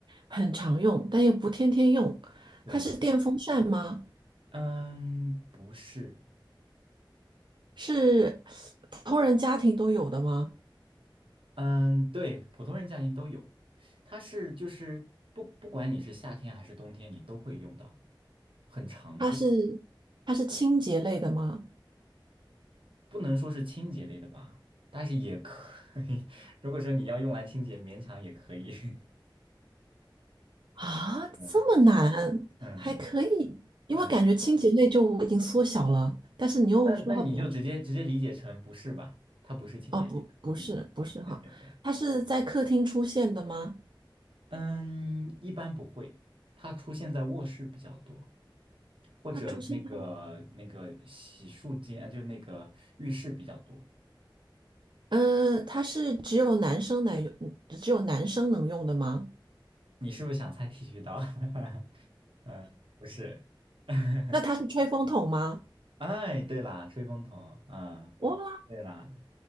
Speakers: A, on the right; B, on the right.
A: 很常用，但又不天天用。
B: 对，
A: 它是电风扇吗？
B: 嗯，不是，
A: 是普通人家庭都有的吗？
B: 嗯，对，普通人家庭都有，它是就是不不管你是夏天还是冬天，你都会用到，很常见。
A: 它是它是清洁类的吗？
B: 不能说是清洁类的吧，但是也可以。<laughs> 如果说你要用来清洁，勉强也可以。<laughs>
A: 啊，
B: 嗯
A: 这么难，
B: 嗯嗯
A: 还可以，因为感觉清洁类就已经缩小了，
B: 嗯，
A: 但是你又说话不，
B: 那那你就直接直接理解成不是吧？它不是清洁类的。
A: 哦，不，不是，
B: 嗯，
A: 不是哈，
B: 对对对，
A: 它是在客厅出现的吗？
B: 嗯，一般不会，它出现在卧室比较多，或者那个那个洗漱间，
A: 它出现在，
B: 啊，就那个浴室比较多。
A: 呃，它是只有男生能用，只有男生能用的吗？
B: 你是不是想猜剃须刀？<laughs> 嗯，不是。<laughs>
A: 那它是吹风筒吗？
B: 哎，对啦，吹风筒啊，
A: 哇，
B: 对啦，